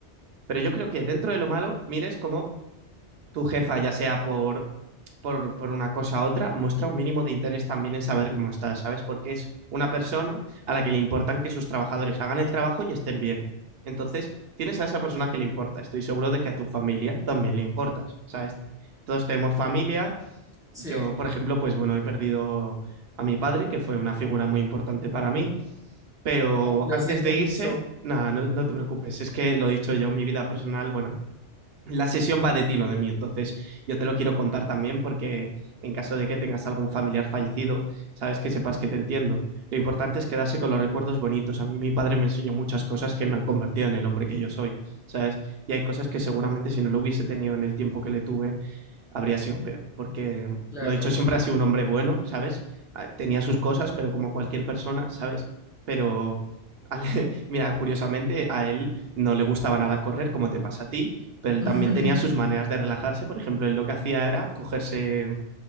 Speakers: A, on the right; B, in the centre.
A: Pero yo creo que dentro de lo malo, mires como tu jefa, ya sea por, por, por una cosa u otra, muestra un mínimo de interés también en saber cómo estás, ¿sabes? Porque es una persona a la que le importan que sus trabajadores hagan el trabajo y estén bien. Entonces, tienes a esa persona que le importa. Estoy seguro de que a tu familia también le importas, ¿sabes? Todos tenemos familia.
B: Sí,
A: Yo, por ejemplo, pues bueno, he perdido a mi padre, que fue una figura muy importante para mí. Pero
B: Ay, lo
A: antes
B: siento
A: de
B: mucho,
A: irse, nada, no, no te preocupes. Es que lo he dicho yo, mi vida personal, bueno, la sesión va de ti, no de mí. Entonces, yo te lo quiero contar también porque en caso de que tengas algún familiar fallecido, sabes que sepas que te entiendo. Lo importante es quedarse con los recuerdos bonitos. A mí mi padre me enseñó muchas cosas que me han convertido en el hombre que yo soy, ¿sabes? Y hay cosas que seguramente si no lo hubiese tenido en el tiempo que le tuve, habría sido peor, porque mm,
B: claro.
A: lo dicho, siempre ha sido un hombre bueno, ¿sabes? Ah, Tenía sus cosas, pero como cualquier persona, ¿sabes? Pero, al- <laughs> mira, curiosamente a él no le gustaba nada correr, como te pasa a ti, pero él
B: <laughs>
A: también tenía sus maneras de relajarse. Por ejemplo, él lo que hacía era cogerse